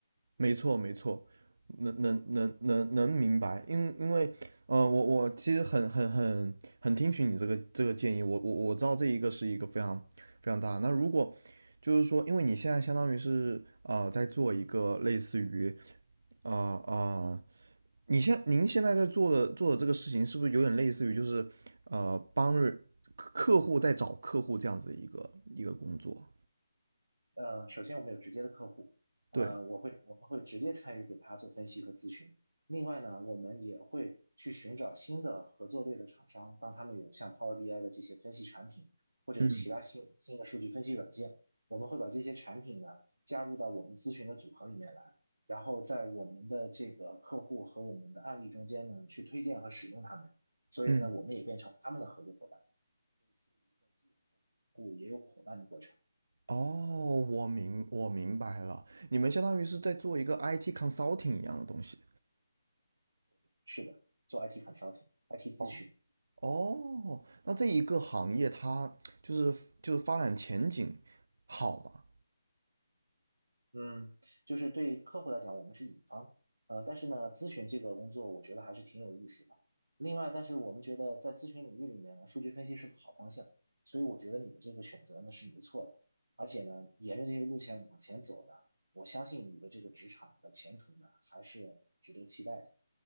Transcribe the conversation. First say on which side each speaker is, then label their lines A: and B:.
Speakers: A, on the right (about 55°); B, on the right (about 80°).
A: 没错，没错，能能能能能明白，因因为呃，我我其实很很很很听取你这个这个建议，我我我知道这一个是一个非常非常大的。那如果就是说，因为你现在相当于是呃在做一个类似于啊啊、呃呃，你现您现在在做的做的这个事情，是不是有点类似于就是呃帮人客户在找客户这样子的一个一个工作？
B: 呃，首先我们有直接的客户，呃，
A: 对，
B: 我会我们会直接参与给他做分析和咨询。另外呢，我们也会去寻找新的合作类的厂商，当他们有像 Power BI 的这些分析产品，或者有其他新新的数据分析软件，
A: 嗯
B: 我们会把这些产品呢加入到我们咨询的组合里面来，然后在我们的这个客户和我们的案例中间呢去推荐和使用他们。所以呢，
A: 嗯。
B: 我们也变成他们的合作伙伴，也有伙伴的过程。
A: 哦，我明我明白了，你们相当于是在做一个 IT consulting 一样的东西。
B: 是的，做 IT consulting、IT 咨询。
A: 哦，哦，那这一个行业它就是就是发展前景好吗？
B: 嗯，就是对客户来讲，我们是乙方，呃，但是呢，咨询这个工作，我觉得还是挺有意思的。另外，但是我们觉得在咨询领域里面呢，数据分析是个好方向，所以我觉得你的这个选择呢是没错的。而且呢，沿着这个路线往前走呢，我相信你的这个职场的前途呢还是值得期待的